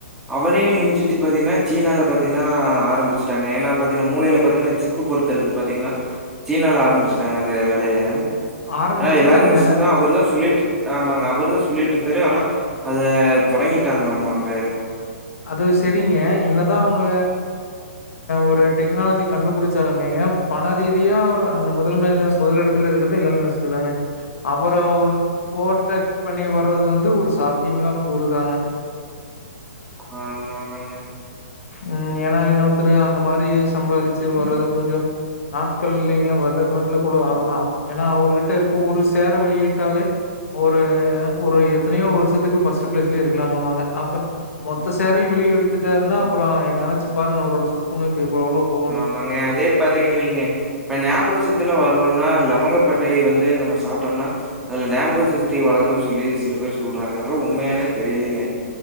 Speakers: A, in the centre; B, on the left.
A: அவரே மிஞ்சிட்டு பாத்திங்கன்னா சீனால பாத்தின்னா ஆரம்பிச்சு டாங்க ஏனா பாத்தீனா மூலைல பாத்தீனா சிப்பு பொறுத்துறது பாத்தீங்னா சீனால ஆரம்பிச்ட்டாங்க அந்த வேலைய
B: ஆரம்பிச்சுட்டாங்க
A: ஏனா எல்லாரமஸ்க்கு தா அவர் தா சொல்லிட்டு ஆமாங்க அவரு தா சொல்லிட்ருந்தாரு ஆனா அத தொடங்கிட்டாங்கலாம்மா அங்க
B: அது செரிங்க என்னதா அவங்க ஒரு டெக்னாலஜி கண்டுபுடிச்சாலுமேங்க பணரீதியா முதன்மையான முதலெடத் ல இருக்கது <unintelligible> தாங்க அவர ஓ ஓவர்டேக் பண்ணி வர்றது வந்து ஒரு சாத்தியமில்லா கூறுதாங்க
A: ஆமா ஆமாங்க
B: ம் ஏனா இன்னொருத்தரு அந்த மாரி சம்பாரிச்சு வரது கொஞ்சோ நாட்கள் இல்லைங்க வருட கணக்கல கூட ஆகலா ஏனா அவருகிட்ட இருக்க ஒரு சேர வெளியிட்டாலே ஒரு ஒரு எத்தனையோ வருஷத்துக்கு பஸ்ட்டு பிளேஸ்லய இருக்கலாமாமாங்க அப்ப மொத்த சேரையு வெளிய எடுத்துட்டாருன்னா அப்புறோ நெனைச்சு பாருங்க அவரோட சொத்துமதிப்பு இப்ப எவ்ளோ போவுன்னு.
A: மாங்க அதே பாத்தீங்கனு வெய்ங்க இப்ப ஞாபகசத்திலா வர்னுன்னா லவங்கப்பட்டையை வந்து நம்ம சாப்ட்டம்னா அதுல ஞாபக சக்தி வளருன் சொல்லி சில பேர் சொல்றாங்க. அதலா உண்மையானே தெரிலிங்க.